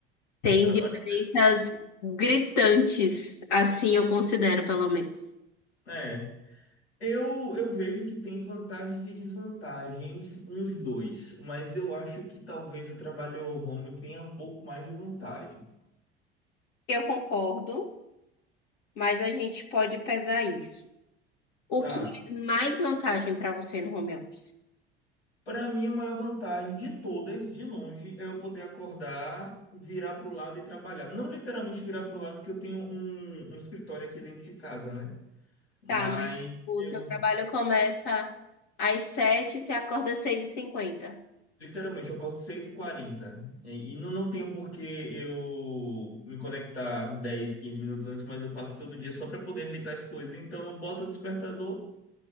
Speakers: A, on the left; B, on the left.
A: Tem
B: trabalho
A: diferenças
B: presencial.
A: gritantes, assim eu considero, pelo menos.
B: É, eu, eu vejo que tem vantagens e desvantagens nos dois, mas eu acho que talvez o trabalho home tenha um pouco mais de vantagem.
A: Eu concordo, mas a gente pode pesar isso. O
B: Tá.
A: que é mais vantagem para você no home office?
B: Para mim, a maior vantagem de todas, de longe, é eu poder acordar, virar pro lado e trabalhar. Não literalmente virar pro lado, que eu tenho um, um escritório aqui dentro de casa, né? Mas
A: Tá, mas tipo,
B: eu,
A: o seu trabalho começa às 7 você acorda às 6h50.
B: literalmente, eu acordo seis e quarenta E, e não, não tenho por que eu me conectar 10, 15 minutos antes, mas eu faço todo dia só para poder ajeitar as coisas. Então, eu boto o despertador,